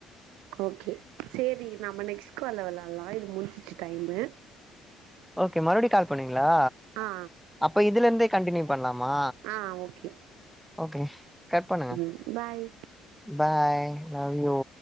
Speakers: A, on the right; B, in the centre.
A: ஓகே சேரி நாம நெக்ஸ்ட் கால்ல வெளாட்லா‌ இது முடிஞ்ச்சி டைமு
B: ஓகே மறுபுடியு கால் பண்ணுவீங்களா
A: ஆ
B: அப்ப இதுல இருந்தே கண்டினியூ பண்லாமா
A: ஆ ஓகே
B: ஓகே கட் பண்ணுங்க
A: ம் பாய்
B: பாய் லவ்யூ